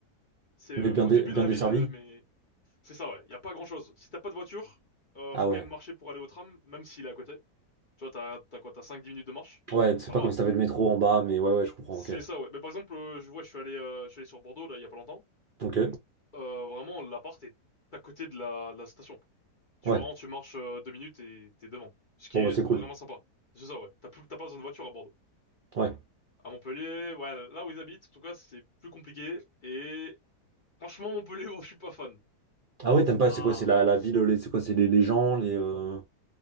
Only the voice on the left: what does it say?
C'est
au
début
de la
ville, mais c'est ça ouais. Il y a pas grand-chose. Si t'as pas de voiture, euh,
faut
quand même marcher pour aller au tram, même s'il est à côté. Tu vois, t'as t'as quoi, t'as cinq dix minutes de marche.
Ça
va.
C'est
ça ouais. Mais par exemple, euh, je vois, je suis allé euh, je suis allé sur Bordeaux là il y a pas longtemps.
Euh, vraiment, l'appart est à côté de la de la station. Tu
vraiment, tu marches euh, deux minutes et t'es devant. Ce qui
est
vraiment sympa. C'est ça, ouais. T'as plus, t'as pas besoin de voiture à Bordeaux.
À Montpellier, ouais, là où ils habitent, en tout cas, c'est plus compliqué. Et franchement, Montpellier, <laughs> moi, je suis pas fan.
C'est
pas...